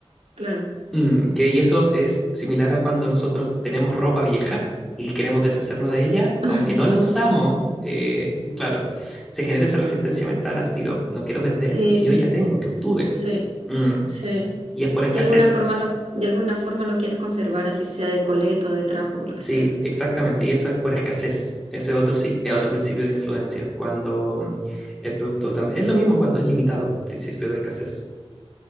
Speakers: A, on the right; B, in the centre.
A: claro.
B: Mm, que, y eso es similar a cuando nosotros tenemos ropa vieja y queremos deshacernos de ella,
A: <laughs>
B: aunque no la usamos, eh, claro, se genera esa resistencia mental al tiro. No quiero perder
A: Sí,
B: esto que yo ya tengo, que obtuve.
A: sí,
B: Mm,
A: sí.
B: y es por escasez.
A: De alguna forma lo, de alguna forma lo quieres conservar, así sea de coleto, de trapo, o lo que
B: Sí,
A: sea.
B: exactamente, y eso es por escasez. Ese otro sí, es otro principio de influencia, cuando mm, el producto también... Es lo mismo cuando es limitado, principio de escasez.